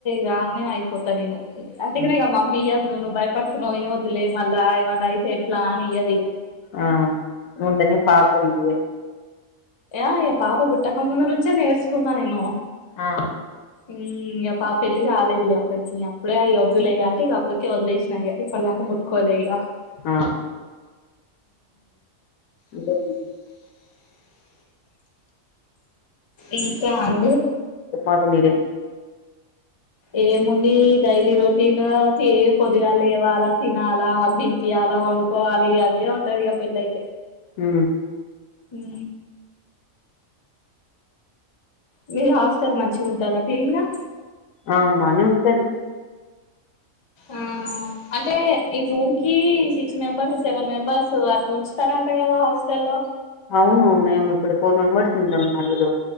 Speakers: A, on the left; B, on the left.
A: గాన్నే అయిపోతా నేను అందుకని
B: అవును.
A: ఇక మమ్మీ నువ్వును భయపడుతున్నావ్ ఏమి వద్దులే మళ్ళా ఏమన్నా అయితే ఎట్లా అని ఇయ్యదు ఇగా.
B: ఆ ముందనే పాపుంది
A: <unintelligible> పాప పుట్టక ముందు నుంచే నేర్చుకున్నా నేను.
B: ఆ
A: ఉ ఇంక పాప పెళ్లి కాలేదులే అప్పటికిీ అప్పుడే అవి వద్దులే అంటే ఇక అప్పటికే వద్లేసినా ఇక ఇప్పటి దాం ముట్టుకొలే ఇగా
B: ఆ! ఇంకేంటి
A: ఇంకా అండి
B: చొప్పాలి మీరే
A: ఏముంది డైలీ రొటీను తీ పొద్దుగాలా లేవాలా తినాలా వాళ్లకి తినిపియాలా. అలా వండుకోవాలి అదే ఉంటది ఇగ పెళ్ళయితే
B: ఉ
A: ఉ మీరు హాస్టల్ మంచిగా ఉంటాదా క్లీన్ గా
B: ఆ బానే ఉంటది
A: ఆ ఆ అంటే ఈ రూమ్ కి సిక్స్ మెంబర్స్ సెవెన్ మెంబర్స్ అట్లా ఉంచుతారంటా కదా హాస్టల్లో.
B: అవును మేమ్ ఇప్పుడు ఫోర్ మెంబర్స్ ఉంటమ్ నలుగురు